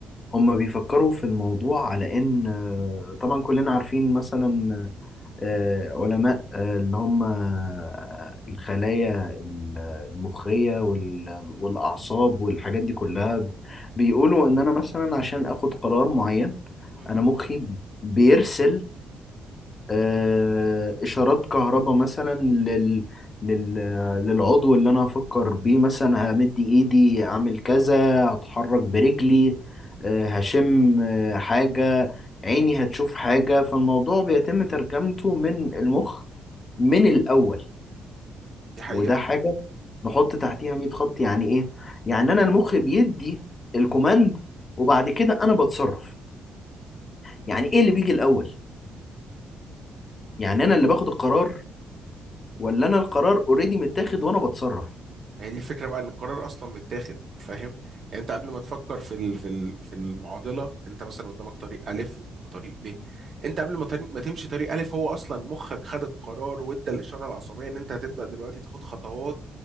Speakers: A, on the left (about 30°); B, on the right (about 50°).
A: هم بيفكروا في الموضوع على ان آه، طبعا كلنا عارفين مثلا آه، علماء آه، اللي هم آه، الخلايا ال- المخية وال- والأعصاب والحاجات دي كلها بيقولوا إن أنا مثلا عشان آخد قرار معين
B: مهم.
A: أنا مخي بيرسل آه، اشارات كهرباء مثلا لل... لل... للعضو اللي انا هفكر بيه مثلا همد ايدي اعمل كذا هتحرك برجلي آه، هشم آه، حاجة عيني هتشوف حاجة فالموضوع بيتم ترجمته من المخ من الاول
B: دي حقيقة
A: وده حاجة نحط تحتيها 100 خط يعني ايه يعني انا المخ بيدي الكوماند وبعد كده انا بتصرف يعني ايه اللي بيجي الاول يعني انا اللي باخد القرار ولا انا القرار اوريدي متاخد وانا بتصرف
B: يعني دي الفكرة بقى ان القرار اصلا متاخد فاهم يعني انت قبل ما تفكر في ال... في ال... في المعضلة انت مثلا قدامك طريق الف وطريق ب انت قبل ما تر- ما تمشي طريق الف هو اصلا مخك خد القرار وادى الاشارة العصبية ان انت هتبدأ دلوقتي تاخد خطوات